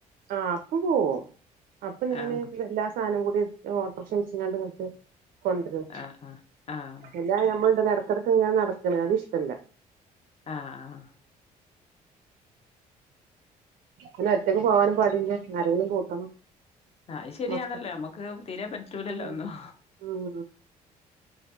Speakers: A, on the right; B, on the left.
A: ആ അപ്പം പോവും അപ്പം ഞാന്
B: ആഹ്
A: വെല്ലാസ് സാനം കൂടി ഓട്ടർഷ വിൾച്ച്ങ്ങാണ്ട് ഇങ്ങട്ട് കോണ്ട്രരും
B: ആഹ് ആഹ് ആഹ്
A: ഇല്ല ഞമ്മൾണ്ടല്ലോ എടക്ക്‌ എടക്ക് ഇങ്ങനെ നടക്ക്‌ണ അത് ഇഷ്ട്ടല്ല
B: ആഹ് ആഹ്
A: അല്ല ഒറ്റക്ക് പോവാനും പാടില്ല ആരെങ്കിലും കൂട്ടണം
B: അയ് ശരിയാണല്ലോ
A: മക്ക
B: നമ്മക്ക് തീരെ പറ്റൂലല്ലോ
A: ഉം
B: ഒന്നും
A: ഉം